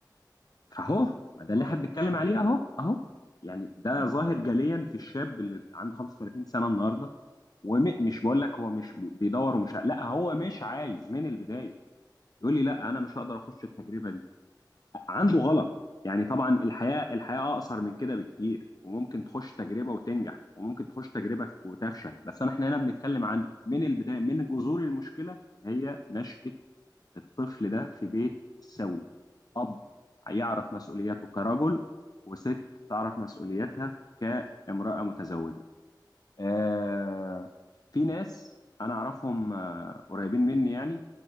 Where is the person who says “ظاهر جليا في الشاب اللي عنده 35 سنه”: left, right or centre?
Left